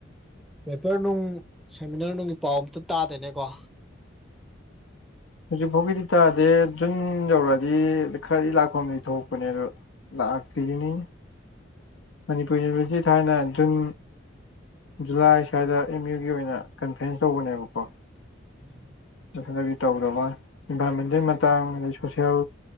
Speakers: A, in the centre; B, on the left.
A: ꯄꯦꯄꯔ ꯅꯨꯡ ꯁꯦꯃꯤꯅꯥꯔ ꯅꯨꯡꯒꯤ ꯄꯥꯎ ꯑꯝꯇ ꯇꯥꯗꯦꯅꯦꯀꯣ
B: ꯍꯧꯖꯤꯛ ꯐꯥꯎꯒꯤꯗꯤ ꯇꯥꯗꯦ ꯖꯟ ꯌꯧꯔꯛꯑꯗꯤ ꯈꯔꯗꯤ ꯂꯥꯛꯐꯝꯗꯤ ꯊꯣꯛꯄꯅꯦ ꯑꯗꯣ ꯂꯥꯛ ꯀꯔꯤꯅꯤ ꯃꯅꯤꯄꯨꯔ ꯌꯨꯅꯤꯚꯔꯁꯤꯇꯤ ꯊꯥꯏꯅ ꯖꯨꯟ ꯖꯨꯂꯥꯏ ꯁ꯭ꯋꯥꯏꯗ ꯑꯦꯝ ꯌꯨꯒꯤ ꯑꯣꯏꯅ ꯀꯟꯚ꯭ꯔꯦꯟꯁ ꯇꯧꯕꯅꯦꯕꯀꯣ
A: ꯎꯝ
B: ꯑꯗꯨ ꯈꯗꯒꯤ ꯇꯧꯗꯕ ꯏꯟꯚꯥꯏꯔꯣꯟꯃꯦꯟꯇꯦꯜ ꯃꯇꯥꯡ ꯑꯗꯩ ꯁꯣꯁꯦꯜ